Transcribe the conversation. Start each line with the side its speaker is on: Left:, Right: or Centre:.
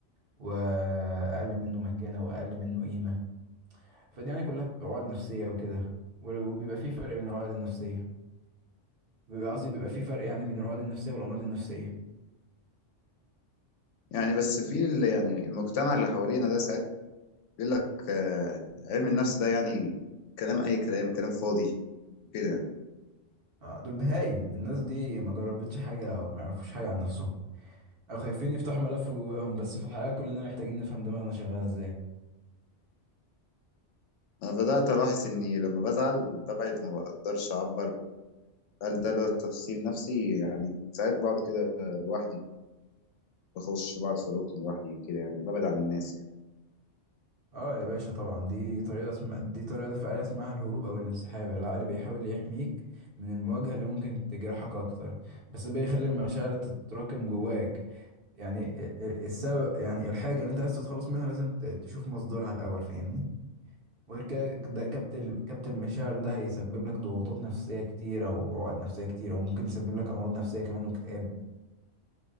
Right: واقل منه مكانة واقل منه قيمة فدي يعني كلها بتبقى عقد نفسية وكده وال- وبيبقى في فرق بين العقد النفسية بيبقى قصدي بيبقى في فرق يعني بين العقد النفسية والامراض النفسية
Left: يعني بس في ال- يعني المجتمع اللي حوالينا ده ساعات بيقول لك آه، علم النفس ده يعني كلام أي كلام كلام فاضي وكده يعني.
Right: آه، دول بهايم الناس دي ما جربتش حاجة وما يعرفوش حاجة عن نفسهم او خايفين يفتحوا ملف جواهم بس في الحقيقه كلنا محتاجين نفهم دماغنا شغاله ازاي
Left: أنا بدأت ألاحظ إني لما بزعل ببعد ما بقدرش أعبر هل ده لو تفسير نفسي يعني ساعات بقعد كده لوحدي بخش بقعد في ركن لوحدي كده يعني ببعد عن الناس يعني.
Right: اه يا باشا طبعا دي طريقه اسم... دي طريقه دفاعيه اسمها الهروب او الانسحاب العقل بيحاول يحميك من المواجهه اللي ممكن تجرحك اكتر بس بيخلي المشاعر تتراكم جواك يعني ال- ال- السبب يعني الحاجه اللي انت عايز تتخلص منها لازم ت- تشوف مصدرها الاول فاهمني وغير كده ده كبت ال- كبت المشاعر ده هيسبب لك ضغوطات نفسيه كتيره وعقد نفسيه كتيره وممكن يسبب لك امراض نفسيه كمان واكتئاب